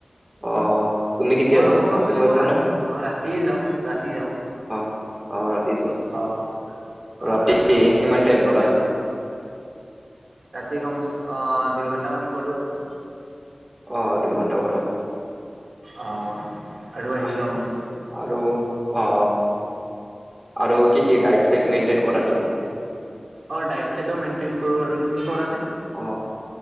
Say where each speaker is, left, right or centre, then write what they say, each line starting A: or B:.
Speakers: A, on the right (about 25°); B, on the right (about 85°).
A: অ তুমি কেতিয়া
B: মই
A: যোৱা
B: ক'বা
A: ৰাতিপুৱা
B: গ'লে মই
A: যোৱা
B: ৰা
A: না?
B: অ ৰাতিয়ে যাওঁ ৰাতি যাওঁ
A: অ অ ৰাতি যোৱা
B: অ অ
A: ৰাতি
B: যাওঁ
A: কিমান
B: ৰাতি
A: টাইম
B: গ'লে
A: কৰা
B: ৰাতি কমচে অ দুই ঘন্টামান কৰো আৰু
A: অ দুই ঘণ্টাৰ কৰা
B: অ আৰু আহি
A: আহ
B: যাওঁ মানে
A: আৰু অ আৰু কি কি ডাইট চাই মেইনটেইন কৰা নেকি
B: অ ডায়েট চাইট ও মেইনটেইন কৰো আৰু তুমি কৰা নে
A: অ